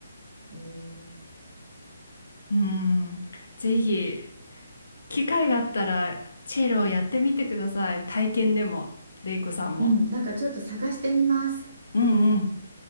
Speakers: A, on the right; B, on the left.
A: うん、
B: うん。ぜひ、機会があったら、チェロをやってみてください。体験でも、レイコさんも。
A: うんなんかちょっと探してみます。
B: うんうん。